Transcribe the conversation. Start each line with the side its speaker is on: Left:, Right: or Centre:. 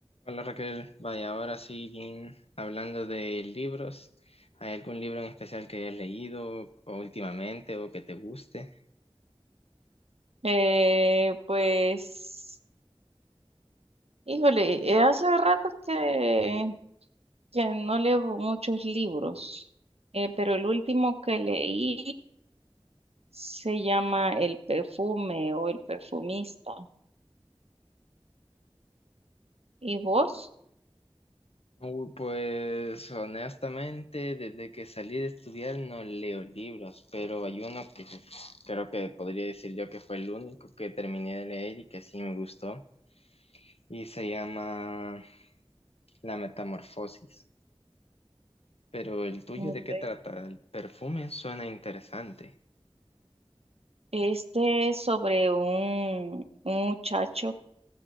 Left: Hola Raquel, vaya, ahora sí, bien, hablando de libros, ¿hay algún libro en especial que hayas leído o últimamente o que te guste?
Right: Eh, pues, híjole, eh, hace rato que, que no leo muchos libros, eh, pero el último que leí se llama El perfume o El perfumista. ¿Y vos?
Left: Uy, pues honestamente, desde que salí de estudiar no leo libros, pero hay uno que creo que podría decir yo que fue el único que terminé de leer y que sí me gustó, y se llama La Metamorfosis. Pero el tuyo,
Right: Okay.
Left: ¿de qué trata? El perfume suena interesante.
Right: Este es sobre un, un muchacho